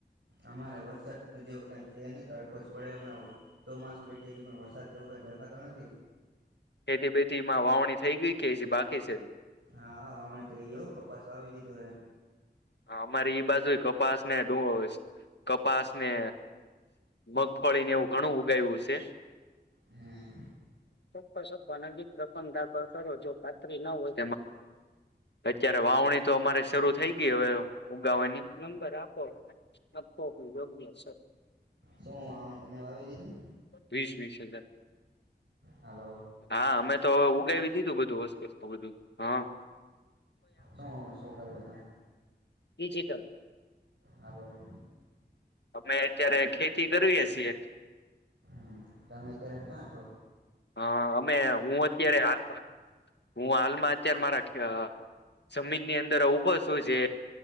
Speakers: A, on the right (about 80°); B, on the left (about 70°).
A: અમારે વરસાદ જેવું કઈ છે નહી તડકો જ પડે હમણાં ચોમાસું બેઠી ગયો પણ વરસાદ જેવું હોય દેખાતો નથી
B: ખેતી બેેથી માં વાવણી થઈ ગઈ કે હજી બાકી છે?
A: હા વાવણી થઈ ગઈ હો કપાસ વાવી દીધો હે
B: હ અમારી એઈ બાજુ કપાસ ને ડોજ કપાસ ને મગફળીને એવું ઘણું ઉગાયવુ છે
A: હા
B: ચોક્કસ અથવા નજીક રકમ દાખલ કરો જો ખાતરી ના હોય તો. <unintelligible> વાવણી તો અમારે શરૂ થઈ ગી હવે ઉગાવાની નંબર આપોપગી સર
A: શું વાવણી તમે વાવી દીધું?
B: વીસ વીસ હજાર
A: હાલો
B: હા અમે તો હવે ઉગાવી દીધું બધું વસ્તુસ્ત બધું હા
A: શું શું ઉગાવ્યું તને?
B: જીત
A: હલો
B: અમે અત્યારે ખેતી કરીએ છીએ
A: હમ તમે અત્યારે ક્યાં છો?
B: હા અમે હું અત્યારે હાલમાં હું હાલમાં અત્યારે મારા જમીનની અંદર ઉભો છું જે